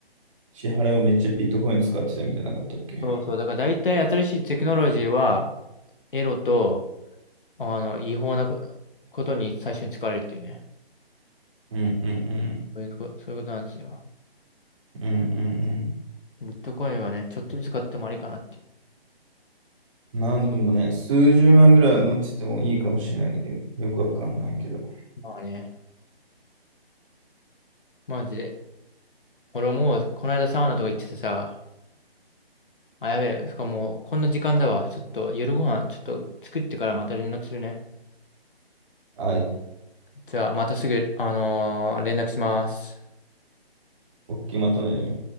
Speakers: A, on the right (about 30°); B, on the left (about 55°).
A: 支払いもめっちゃビットコイン使ってたみたいなかったっけ
B: そうそう。だから大体新しいテクノロジーは、エロと、あの、違法なこ、ことに最初に使われるっていうね。
A: うんうんうん。
B: そういうこ、そういうことなんですよ。
A: うんうん
B: ビットコインはね、ちょっとずつ買ってもありかなってい
A: うん。まあでもね、数十万ぐらい持っててもいいかもしれないね。よくわかんないけど。
B: う。まあね、マジで。俺もう、この間サウナとか行っててさ、あ、やべえ、しかも、こんな時間だわ。ちょっと、夜ご飯、ちょっと作ってからまた連絡するね。
A: はい、
B: じゃあ、またすぐ、あのー連絡します。
A: おっきいまとめ。